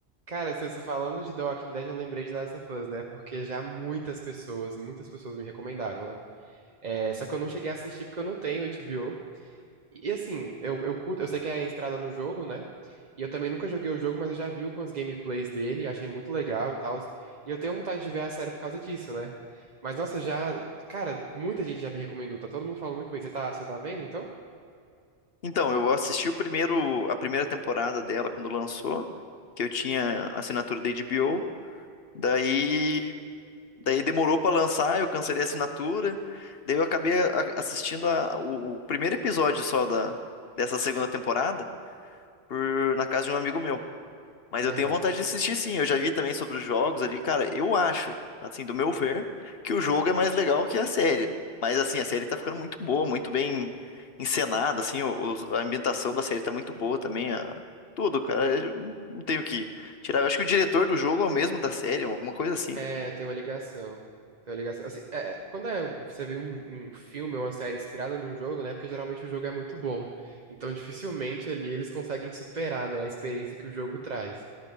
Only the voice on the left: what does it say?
Então, eu assisti o primeiro, a primeira temporada dela quando lançou, que eu tinha assinatura da HBO. Daí, daí demorou pra lançar, eu cancelei a assinatura. Daí eu acabei a- assistindo a- o, o primeiro episódio só da, dessa segunda temporada por, na casa de um amigo meu. Mas eu
tenho vontade de assistir sim. Eu já vi também sobre os jogos ali, cara. Eu acho, assim, do meu ver, que o jogo é mais legal que a série. Mas assim, a série tá ficando muito boa, muito bem encenada, assim, o- os- a ambientação da série tá muito boa também, a- tudo, cara. Eu não não tenho o que tirar. Eu acho que o diretor do jogo é o mesmo da série, alguma coisa assim.